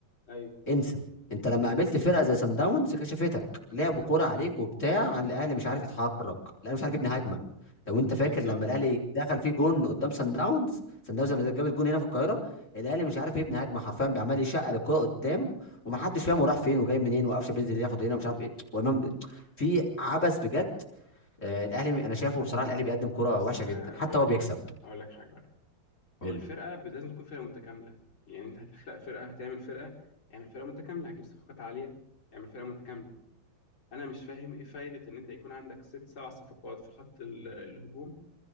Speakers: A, on the left (about 85°); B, on the left (about 35°).
A: ايوه
B: انسى انت لما قابلت فرقه زي سان داونز كشفتك لعبوا كوره عليك وبتاع عن الاهلي مش عارف يتحرك الاهلي مش عارف يبني هجمه لو انت فاكر
A: بالظبط
B: لما الاهلي دخل فيه جون قدام سان داونز سان داونز لما جابت جون هنا في القاهره الاهلي مش عارف يبني هجمه حرفيا بيعمل يشقى الكوره قدام ومحدش فاهم هو راح فين وجاي منين وقفشه بينزل ياخد هنا مش عارف ايه وامام ده- في عبث بجد آه، الاهلي انا شايفه بصراحه الاهلي بيقدم كوره
A: بص
B: وحشه جدا
A: آه،
B: حتى
A: اقول
B: هو
A: لك
B: بيكسب
A: حاجه اقول لك حاجه
B: قول
A: الفرقة
B: لي
A: ب- لازم تكون فرقة متكاملة يعني انت هتخلق فرقة هتعمل فرقة اعمل فرقة متكاملة هتجيب صفقات عالية اعمل فرقة متكاملة انا مش فاهم ايه فايدة ان انت يكون عندك ست سبع صفقات في خط ال- الهجوم